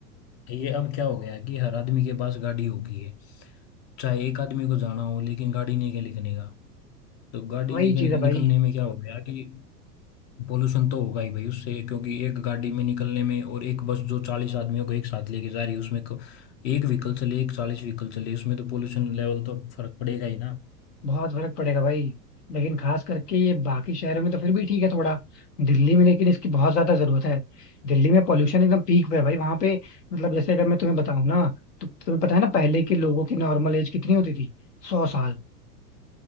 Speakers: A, on the left (about 40°); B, on the left (about 75°).
A: ये अब क्या हो गया है कि हर आदमी के पास गाड़ी होगी है चाहे एक आदमी को जाना हो लेकिन गाड़ी नहीं के निकलने का तो गाड़ी
B: वही
A: नहीं
B: चीज
A: के
B: है
A: निकलने
B: भाई
A: में क्या हो गया कि पोल्यूशन तो होगा ही भाई उससे क्योंकि एक गाड़ी में निकलने में और एक बस जो चालीस आदमियों को एक साथ लेके जा रही है उसमें को- एक व्हीकल चले एक चालीस व्हीकल चले उसमें तो पोल्यूशन लेवल तो फर्क पड़ेगा ही ना
B: बहुत फर्क पड़ेगा भाई लेकिन खास करके ये बाकी शहरों में तो फिर भी ठीक है थोड़ा दिल्ली में लेकिन इसकी बहुत ज्यादा जरूरत है दिल्ली में पॉल्यूशन एकदम पीक पे है भाई वहां पे मतलब जैसे अगर मैं तुम्हें बताऊं ना तो तुम्हें पता है ना पहले के लोगों की नॉर्मल एज कितनी होती थी सौ साल